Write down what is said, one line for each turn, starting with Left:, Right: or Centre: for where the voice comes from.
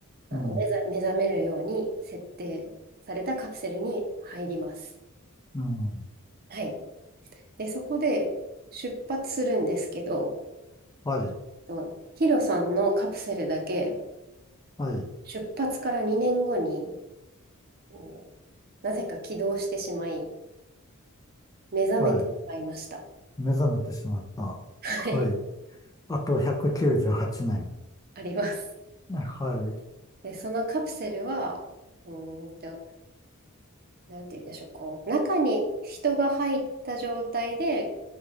Right: あの目覚、
Left: うん。
Right: 目覚めるように設定されたカプセルに入ります。
Left: うん。
Right: はい。で、そこで出発するんですけど、
Left: はい。
Right: とヒロさんのカプセルだけ
Left: はい。
Right: 出発から2年後に、えーなぜか起動してしまい、目覚めてしまいました。
Left: はい。目覚めてしまった。
Right: はい、
Left: はい。あと198年。
Right: あります。
Left: はい。
Right: で、そのカプセルは、うーんとなんて言うんでしょう、こう、中に人が入った状態で、